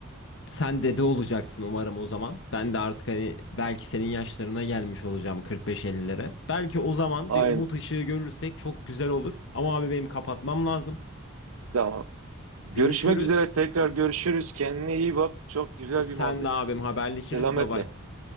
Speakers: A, on the left; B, on the right.
A: sen dede olacaksın umarım o zaman. Ben de artık hani belki senin yaşlarına gelmiş olacağım 45-50'lere. Belki o zaman
B: Aynen.
A: bir umut ışığı görürsek çok güzel olur. Ama abi benim kapatmam lazım.
B: Tamam. Görüşmek
A: Görüşürüz.
B: üzere tekrar görüşürüz. Kendine iyi bak. Çok güzel
A: Sen
B: bir muhabbet.
A: de abim haberleşiriz.
B: Selametle.
A: Bye bye.
B: Bye.